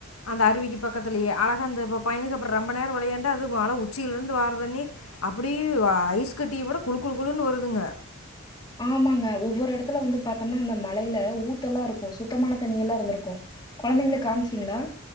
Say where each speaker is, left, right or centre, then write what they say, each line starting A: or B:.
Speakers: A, on the left; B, on the left.
A: அந்த அருவிக்கு பக்கத்துலேயே அழகா அந்த இப்ப பையனுக அப்பறொ ரொம்ப நேரம் விளையாண்ட அது மலை உச்சியிலருந்து வார தண்ணி அப்டியே ஐஸ் கட்டிய விட குழு குழு குழுன்னு வருதுங்க
B: ஆமாங்க ஒவ்வொரு இடத்துல வந்து பாத்தோம்னா அந்த மலைல ஊத்தெல்லா இருக்கும் சுத்தமான தண்ணி எல்லா இருந்துருக்கும் கொழந்தைங்களுக்கு காமிச்சீங்களா